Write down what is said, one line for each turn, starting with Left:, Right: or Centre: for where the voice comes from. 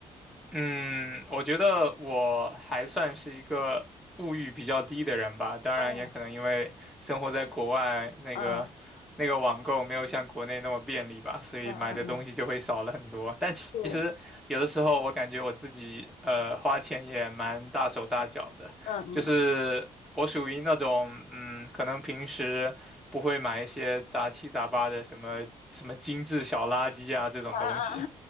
Centre: 嗯，我觉得我还算是一个物欲比较低的人吧，当然也可能因为生活在国外，
Left: 嗯
Centre: 那个那个网购没有像国内那么便利吧，
Left: 嗯
Centre: 所以买的东西就会少了很多。
Left: 嗯嗯嗯，
Centre: 但其实有的时候我感觉我自己呃花钱也蛮大手大脚的，
Left: 是，嗯嗯
Centre: 就是我属于那种嗯，可能平时不会买一些杂七杂八的什么什么精致小垃圾啊这种东西。
Left: 啊啊